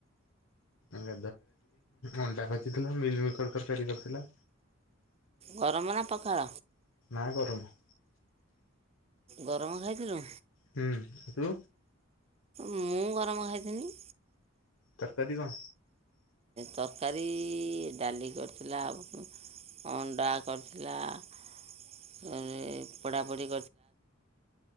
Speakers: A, on the left; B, on the right.
A: ଆଜି ଅଣ୍ଡା ଭାଜି ଥିଲା ମିଲ୍ ମେକର୍ ତରକାରୀ କରିଥିଲା।
B: ଗରମ ନା ପଖାଳ
A: ନା ଗରମ।
B: ଗରମ ଖାଇଥିଲୁ?
A: ହୁଁ ତୁ?
B: ମୁଁ ଗରମ ଖାଇଥିଲି।
A: ତରକାରୀ କଣ?
B: ତରକାରୀ, ଡାଲି କରିଥିଲା। ଅଣ୍ଡା କରିଥିଲା। ଦହି, ମିକ୍ଚର ତରକାରୀ